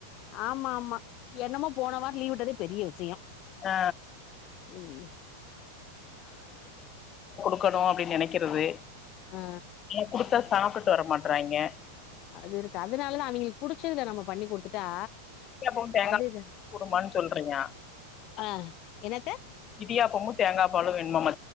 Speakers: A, on the left; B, on the left.
A: ஆமா ஆமா என்னமோ போன வாரோ லீவ் விட்டதே பெரிய விஷயோ
B: ஆ
A: ம்
B: க்கணு அப்டின்னு நெனைக்கிறது
A: ஆ
B: இத குடுத்தா சாப்புட்டு வர மாட்றாய்ங்க
A: அது இருக்கு அதனாலதா அவிங்களுக்கு புடிச்சதுல நம்ம பண்ணி குடுத்துட்டா
B: இடியாப்பமு தேங்கா
A: அது
B: போடுமான்னு சொல்றீங்க
A: ஆ என்னத்த
B: இடியாப்பமு தேங்காப் பாலு வேணுமாமா